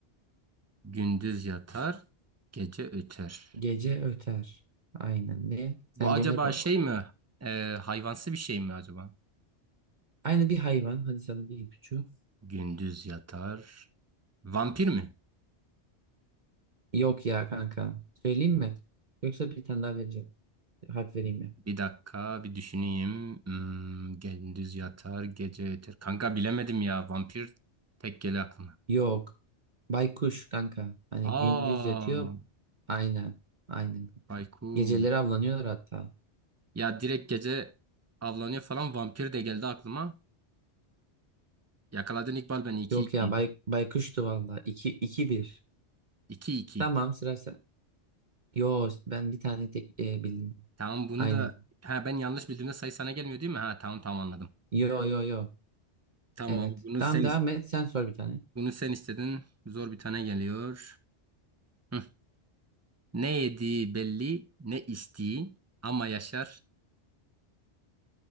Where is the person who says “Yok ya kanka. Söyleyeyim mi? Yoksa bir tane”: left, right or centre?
Right